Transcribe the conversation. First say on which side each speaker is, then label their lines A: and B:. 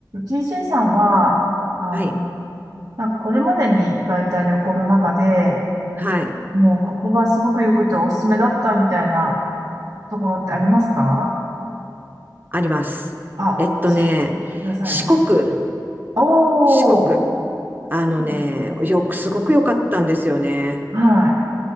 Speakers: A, on the right; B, on the right.
A: t c さんは、あの、
B: はい。
A: なんかこれまでに行かれた旅行の中で、
B: はい。
A: もうここがすごく良くておすすめだったみたいなところってありますか
B: あります。
A: あ、
B: えっとね、
A: 教えてください、
B: 四国、
A: ぜひ。お
B: 四国。
A: ー、
B: あのね、
A: うんうん
B: よく、すごく良かったんですよね。
A: はい。